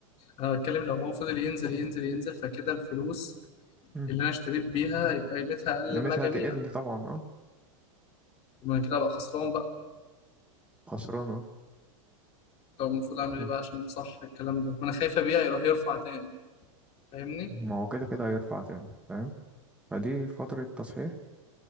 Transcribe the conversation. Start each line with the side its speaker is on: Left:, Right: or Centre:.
Left: أنا بتكلم لو هو فضل ينزل ينزل ينزل فكده الفلوس
Centre: مم.
Left: اللي أنا اشتريت بيها يبقى قيمتها أقل
Centre: قيمتها
Left: لما أجي
Centre: هتقل
Left: أبيع
Centre: طبعا اه
Left: وأنا كده أبقى خسران بقى
Centre: خسران اه
Left: طب المفروض أعمل
Centre: مم.
Left: إيه بقى عشان صح الكلام ده ما أنا خايف أبيع يروح يرفع تاني فاهمني
Centre: ما هو كده كده هيرفع تاني فاهم فدي فترة تصحيح